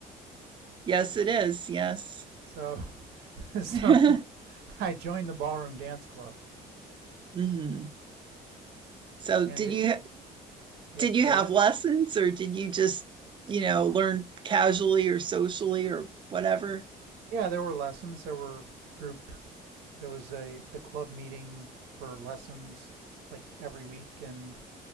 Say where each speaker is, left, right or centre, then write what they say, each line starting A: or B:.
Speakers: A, on the right; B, on the right.
A: it is. Yes.
B: So <laughs> so
A: <laughs>
B: <laughs> I joined the ballroom dance club
A: hmm So,
B: and
A: did
B: it
A: you
B: yeah,
A: did you
B: go
A: have
B: ahead.
A: lessons or did you just, you know, learn casually or socially or whatever?
B: Yeah, there were lessons, there were group there was a the club meeting for lessons like every week and